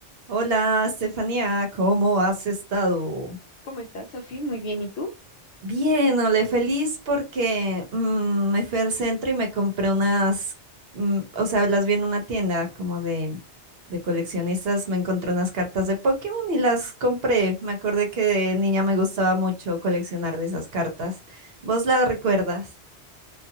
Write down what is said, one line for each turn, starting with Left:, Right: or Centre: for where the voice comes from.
Right: Hola, Estefanía, ¿cómo has estado?
Left: ¿Cómo estás, Sofi? Muy bien, ¿y tú?
Right: Bien, ole, feliz porque mm, me fui al centro y me compré unas, mm, o sea, las vi en una tienda como de, de coleccionistas, me encontré unas cartas de Pokémon y las compré. Me acordé que de niña me gustaba mucho coleccionar de esas cartas. ¿Vos las recuerdas?